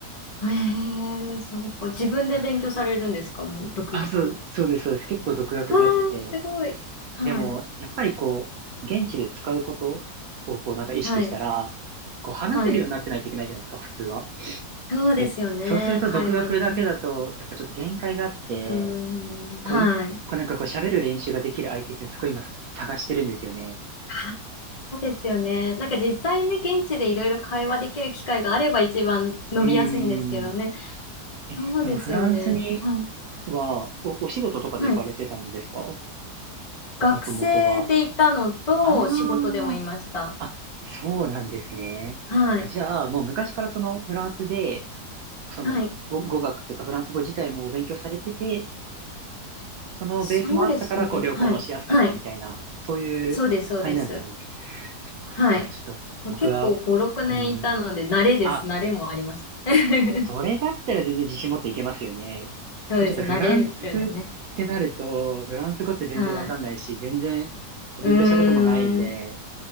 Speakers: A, on the left; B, on the right.
A: ええそうか。自分で勉強されるんですかもう、
B: あ、
A: 独学。
B: あそう、そうです、そうです。結構独学でやってて、
A: わあ、すごい。はい。
B: でも、やっぱりこう、現地で使うことをこうなんか意識したら、
A: はい。
B: こう話せるようになってないといけないじゃないですか、
A: はい。
B: 普通は。
A: そうですよね。
B: で、そうすると独学だけだと、
A: 会話ね。
B: やっぱちょっと限界があって、
A: うーん。はい。
B: こう、一個なんかこう喋る練習ができる相手ってすごい今探してるんですよね。
A: あそうですよね。なんか実際に現地でいろいろ会話できる機会があれば一番伸びやすいんですけどね。
B: うーん。え、
A: そうですよね。
B: そのフランスに
A: はい。
B: は、お、お仕事とかで行かれてたんですか
A: はい。学生でいたのと、
B: もともとは。あー
A: 仕事でもいました。
B: あ、そうなんですね。
A: はい。
B: じゃあ、もう昔からそのフランスで、その語、
A: はい。
B: 語学というかフランス語自体もお勉強されてて、そのベースもあったから、
A: そうですね。
B: こう、旅行もしやすかったみたいな、
A: はい。はい。
B: そういう感じなんですかね。
A: そうです、そうです。
B: そっかそっか、
A: はい。
B: ちょっと僕は、
A: 結構5、
B: う
A: 6年いたので、
B: ーん。
A: 慣れです。
B: あ、
A: 慣れもありました。
B: それだったら全然自信持っていけますよね。
A: <laughs> そうです。
B: 僕ちょっとフランスってなると、
A: 慣れるんでね。
B: フランス語って全然わかんないし、
A: はい。
B: 全然こう勉強したこともないんで、
A: うーん。